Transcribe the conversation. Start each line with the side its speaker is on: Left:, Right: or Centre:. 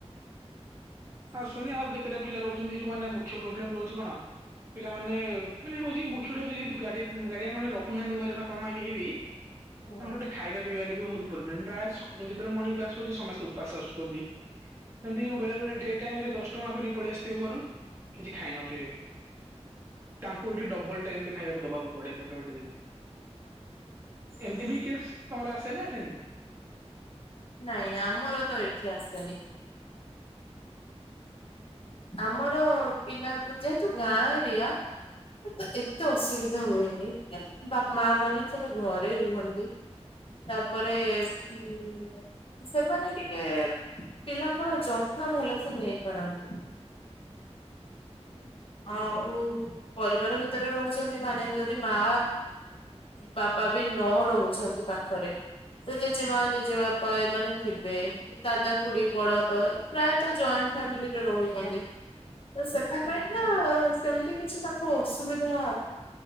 Right: ଆସୁନି ଆଉ କେତେଟା ପିଲା ରହୁଚନ୍ତି ଯୋଉମାନେ ମୁଖ୍ୟ ପ୍ରୋବ୍ଲେମ ରହୁଚି କଣ ପିଲାମାନେ ମାନେ ହୋଉଚି ମୁଖ୍ୟଟି ହୋଉଚି ଯେହେତୁ ଗାଡିଆନ୍ ଗାଡିଆନ୍ ମାନେ ରହୁନାହାନ୍ତି ଘରେ ବାପା ମା କେହି ବି
Left: ହୁଁ
Right: ତାଙ୍କର ଗୋଟେ ଖାଇ ବା ପିଇବାରେ ବୋହୁତ ପ୍ରୋରବ୍ଲେମ। ପ୍ରାୟ ସ ଯେତେବେଳେ ମର୍ଣ୍ଣିଂ କ୍ଲାସ କରୁଚି ସମସ୍ତେ ଉପାସ ଆସୁଚନ୍ତି ଏମିତି ବେଳେ ଡେ ଟାଇମରେ ଦଶ ଟଙ୍କା ଧିରିକି ପଳେଇ ଆସିଥିବେ ଘରୁ କିଛି ଖାଇ ନଥିବେ। ତାଙ୍କୁ ଏଇଠି ଡବଲ ଟାଇମ୍ ବି ଖାଇକୁ ଦବାକୁ ପଡେ ଗୋଟେ ଗୋଟେ ଦିନ୍। ଏମିତି ବି କେସ୍ ତମର ଆସେ ନା ଆସନି?
Left: ନାଇଁ ଆମର ତ ଏଠି ଆସେନି। ଆମର ପିଲାକୁ ଯେହେତୁ ଗାଁ ଏରିଆ ତ ଏତେ ଅସୁବିଧା ହୁଏନି। <unintelligible> ବାପା, ମା ମାନେ ସବୁ ଘରେ ରୁହନ୍ତି। ତାପରେ ଉଁ ସେମାନେ ଟିକେ ପିଲାଙ୍କର ଯତ୍ନ ଭଲସେ ନେଇପାରନ୍ତି।
Right: ହୁଁ
Left: ଆଉ ପରିବାର ଭିତରେ ରହୁଛନ୍ତି ମାନେ ଯଦି ମା ବାପା ବି ନ ରହୁଛନ୍ତି ପାଖରେ ତ ଜେଜେମା ଜେଜେ ବାପା ଏମାନେ ଥିବେ। ଦାଦା ଖୁଡି ବଡ ବାପା ପ୍ରାୟତଃ ଜଏଣ୍ଟ ଫ୍ୟାମିଲିରେ ରହୁଛନ୍ତି। ତ ସେଥିପାଇଁ ନା ସେମିତି କିଛି ତାଙ୍କୁ ଅସୁବିଧା